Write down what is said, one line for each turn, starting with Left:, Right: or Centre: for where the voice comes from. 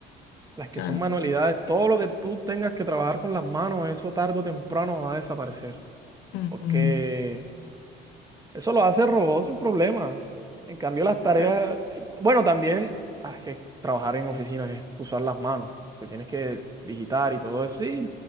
Right: Las que
Left: Claro.
Right: son manualidades, todo lo que tú tengas que trabajar con las manos, eso tarde o temprano va a desaparecer.
Left: mm,
Right: Porque
Left: mm,
Right: eso lo hace el robot sin problema. En cambio, las tareas,
Left: claro.
Right: eh, bueno, también hay que trabajar en oficinas es usar las manos, que tienes que digitar y todo eso. Sí,